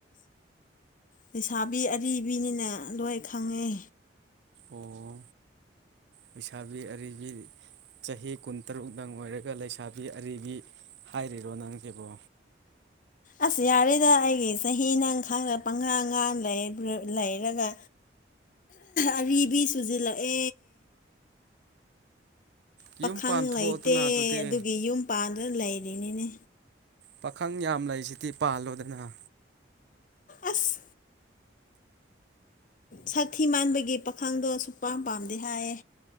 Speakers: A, on the left (about 40°); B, on the right (about 65°).
A: ꯂꯩꯁꯥꯕꯤ ꯑꯔꯤꯕꯤꯅꯤꯅ ꯂꯣꯏ ꯈꯪꯉꯦ
B: ꯑꯣ ꯂꯩꯁꯥꯕꯤ ꯑꯔꯤꯕꯤ ꯆꯍꯤ ꯀꯨꯟꯇꯔꯨꯛ ꯅꯪ ꯑꯣꯏꯔꯒ ꯂꯩꯁꯥꯕꯤ ꯑꯔꯤꯕꯤ ꯍꯥꯏꯔꯤꯔꯣ ꯅꯪ ꯀꯦꯕꯣ
A: ꯑꯁ ꯌꯥꯔꯤꯗ ꯑꯩꯒꯤ ꯆꯍꯤ ꯅꯪ ꯈꯥꯡꯗ ꯄꯪꯈꯥ ꯉꯥ ꯂꯩꯔꯒ ꯑꯔꯤꯕꯔꯤꯕꯤ ꯁꯨꯖꯤꯜꯂꯛꯑꯦ
B: ꯌꯨꯝ
A: ꯄꯥꯈꯪ
B: ꯄꯥꯟꯊꯣꯛꯑꯗꯅ
A: ꯂꯩꯇꯦ
B: ꯑꯗꯨꯗꯤ
A: ꯑꯗꯨꯒꯤ ꯌꯨꯝ ꯄꯥꯟꯗꯨꯅ ꯂꯩꯔꯤꯅꯤꯅꯦ
B: ꯄꯥꯈꯪ ꯌꯥꯝ ꯂꯩꯁꯤꯗꯤ ꯄꯥꯜꯂꯣꯗꯅ
A: ꯑꯁ ꯁꯥꯊꯤ ꯃꯥꯟꯕꯒꯤ ꯄꯥꯈꯪꯗꯣ ꯁꯨꯛꯄꯥꯝ ꯄꯥꯝꯗꯤꯦ ꯍꯥꯏꯌꯦ